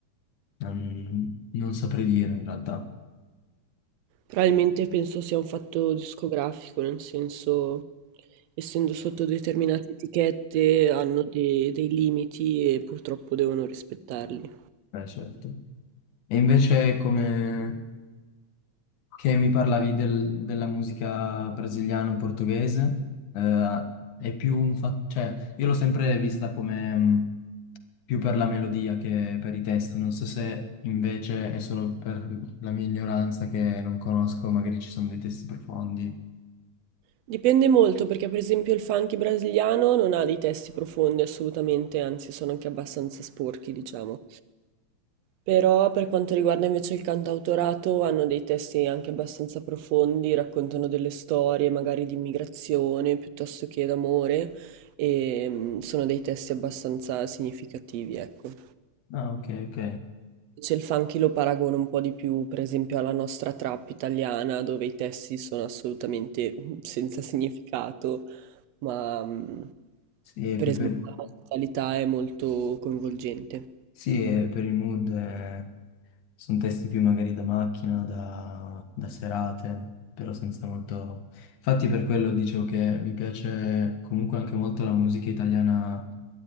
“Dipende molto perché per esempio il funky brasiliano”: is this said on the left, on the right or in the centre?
Right